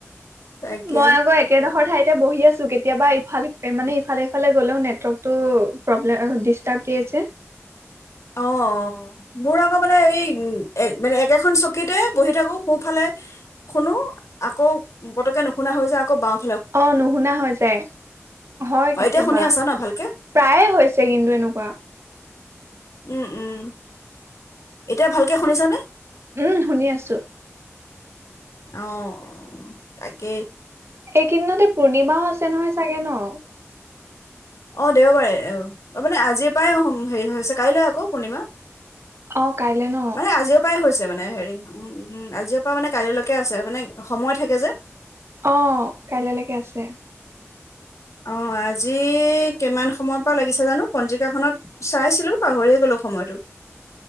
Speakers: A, on the left; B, on the right.
A: তাকে
B: মই আকৌ একেডোখৰ ঠাইতে বহি আছো কেত। কেতিয়াবা ইফাল মানে ইফালে-সফালে গলেও নেটৱৰ্কতটো প্ৰব্লে ডিষ্টাৰ্ব দিয়ে যে।
A: অ', অ', মোৰ আকৌ মানে এই মানে একেখন চকীতে বহি থাকো সোফালে শুনো আকৌ পতকে নুশুনা হৈ যাওঁ আকৌ বাওঁ।
B: অ', নুশুনা হৈ যায়, হয়
A: অ',
B: কেতিয়াবা,
A: এতিয়া শুনি আছা ন ভালকে
B: প্ৰায়ে হৈছে কিন্তু এনেকুৱা।
A: উম-উম। এতিয়া ভালকে শুনিছানে?
B: উম', শুনি আছো।
A: অ', তাকে।
B: এইকেইদিনতে পূৰ্ণিমাও আছে নহয় চাগে ন?
A: অ', দেওবাৰে, মানে আজিৰ পৰাই হেৰি হৈছে, কাইলৈ আকৌ পূৰ্ণিমা।
B: অ কাইলে ন।
A: মানে আজিৰ পৰাই হৈছে মানে হেৰি উম- উম আজিৰ পৰা মানে কাইলৈ লৈকে আছে মানে সময় থাকে যে।
B: অ, কাইলেলেকে আছে।
A: অ আজি কিমান সময়ৰ পৰা লাগিছে জানো? পঞ্জিকাখনত চাইছিলো পাহৰিয়ে গ'লো সময়টো।